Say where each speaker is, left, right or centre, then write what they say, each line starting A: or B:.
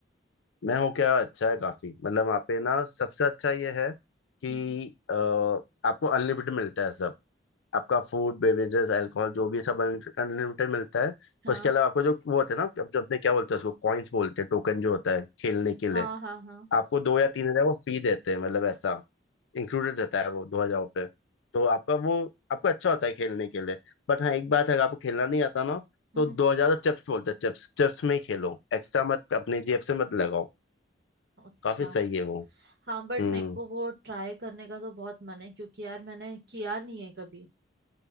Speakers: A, on the left; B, on the right.
A: मैं हूँ क्या अच्छा है काफी मतलब वहाँ पे ना सबसे अच्छा ये है कि
B: हम्म
A: अ, आपको अनलिमिटेड मिलता है सब आपका फूड बेवरेजेस अल्कोहल जो भी है सब अनलिमिटेड मिलता है
B: हाँ
A: उसके अलावा आपको जो वो होते हैं ना जो अपने क्या बोलते हैं उसको कॉइन्स बोलते हैं टोकन जो होता है खेलने के लिए
B: हाँ हाँ हाँ
A: आपको दो या तीन हजार वो फ्री देते हैं मतलब ऐसा इंक्लूडेड रहता है वो 2000 पे तो आपका वो आपको अच्छा होता है खेलने के लिए बट हाँ एक बात है अगर आपको खेलना नहीं आता ना
B: हम्म
A: तो 2000 चिप्स बोलते हैं चिप्स चिप्स में ही खेलो एक्स्ट्रा मत अपने जेब से मत लगाओ
B: अच्छा
A: काफी सही है वो
B: हाँ बट
A: हम्म
B: मेरे को वो ट्राई करने का तो बहुत मन है क्योंकि यार मैंने किया नहीं है कभी